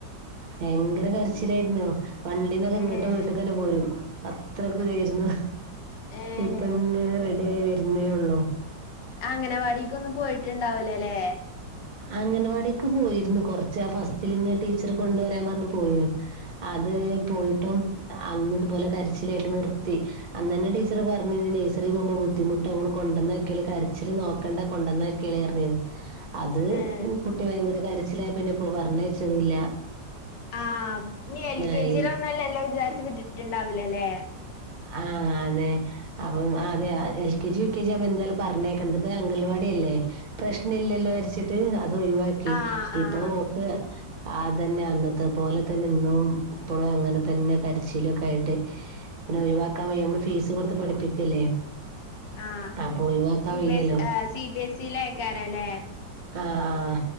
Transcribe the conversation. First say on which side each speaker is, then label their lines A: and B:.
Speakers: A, on the right; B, on the left.
A: ഭയങ്കര കരച്ചിലായിരുന്നു വണ്ടീന്നൊക്കെ ഇങ്ങോട്ട്
B: ഏഹ്
A: വിട്ട അനെ പോരും അത്രൊക്കെ ഇതാ യിരുന്നു
B: ഏഹ്
A: ഇപ്പ ങ്ങനെ റെ യായി വരുന്നേ ഉള്ളൂ
B: അംഗനവാടിക്ക്ന്നും പോയിട്ടുണ്ടാവലല്ലേ
A: അംഗനവാടിൊക്കെ പോയിരുന്നു കൊറച്ചാ ഫസ്റ്റിലിങ്ങ് ടീച്ചർ കൊണ്ടുവരാൻ പറഞ്ഞഞ് പോയിരുന്നു അത് പോയിട്ടും അന്ന് ഇതുപോലെ കരിച്ചിലായിട്ട് നിർത്തി അന്ന തന്നെ ടീച്ചർ പറഞ് ണ് ഇനി നഴ്സറിൽ പോകുമ്പോ ബുദ്ധിമുട്ട് അ കൊണ്ടന്നാക്കിയല് കരച്ചില് നോക്കണ്ടകൊണ്ടന്ന കിളറഞ് അത്
B: ഏഹ്
A: കുട്ടി ഭയങ്കര കരച്ചിലായ പിന്നെ ഇപ്പോ പറഞ്ഞ യ ച്ചതു ല്ല
B: ആഹ് ഇനി എൽ കെ
A: ആയി
B: ജിയില ഒന്നല്ല എല്ലാം വിചാരിച്ച വിട്ടിട്ടുണ്ടാവില്ലല്ലേ
A: ആഹ അതെ അപ്പം അതെ L K G U K G ആ വ്‌ബം എന്തായാലും പറഞ്ഞേക്കണം ദ്‌ ഇപ്പ അംഗൽവാടിയല്ലേ പ്രശ്നല്ലല്ലോ രിച്ചിട്ട് അത് ഒഴിവാക്കി
B: ആഹ് ആഹ്
A: ഇപ്പൊ ഓക് ആതന്നെ അന്നത്തെ പോലെ തന്നെ ഇന്നും ഇപ്പോഴും അങ്ങനെ തന്നെ കരച്ചിൽ ഒക്കെ ആയിട്ട് പിന്നെ ഒഴിവാക്കാൻ വ യ്യ നമ്മള് ഫീസ് കൊടുത്ത് പഠിപ്പിക്കല്ലേ
B: ആഹ്
A: അ പൊ യി വാക്കാൻ
B: സി
A: വയ്യല്ലോ
B: ബി എസ് ആഹ് സി ബി എസ്ഇ ലക്കറാലേ
A: ആ ആ്